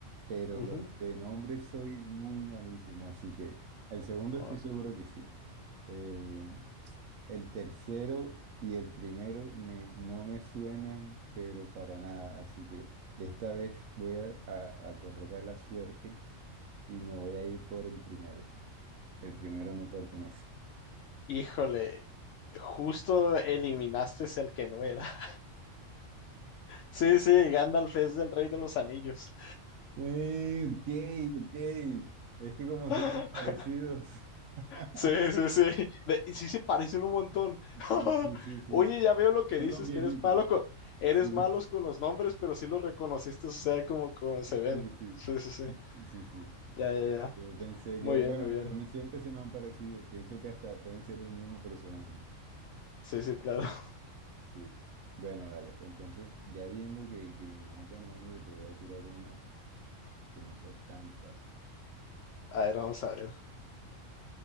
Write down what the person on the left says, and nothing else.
Ujú.
O-
Híjole, justo eliminaste es el que no era. <laughs> Sí, sí, Gandalf es del Rey de los Anillos.
<laughs>
Sí, sí, sí. De- y sí se parecen un montón. <laughs>
Oye, ya veo lo que
dices,
que eres malo con, eres
malos con los nombres, pero sí los reconociste, o sea, como, como se ven.
Sí, sí, sí.
Ya, ya, ya.
Muy
bien,
muy bien.
Sí, sí, claro. <laughs>
A ver, vamos a ver.